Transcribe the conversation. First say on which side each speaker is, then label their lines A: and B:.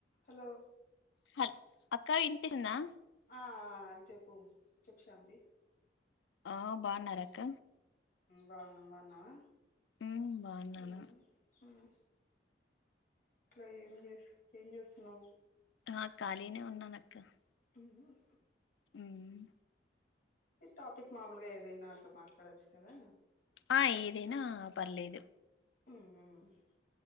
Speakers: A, on the left; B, on the left.
A: Hello
B: హల్ అక్కా వినిపిసిందా
A: ఆ చెప్పు చెప్ శాంతి
B: ఆ బాగున్నార అక్క
A: బాగున్నం బాగున్నావా
B: ఉమ్ బాగున్నాను
A: ఉమ్ ఊమ్ ఇట్లా ఏం చేస్ ఏం చేస్తున్నావ్.
B: ఆ ఖాళీనే ఉన్నానక్క క
A: ఊహుం
B: ఊమ్
A: ఈ టాపిక్ మామూలుగా ఏదైనా అట్లా మాట్లాడొచ్చు కదా
B: ఆ ఏదైనా పర్లేదు
A: మ్మ్ మ్మ్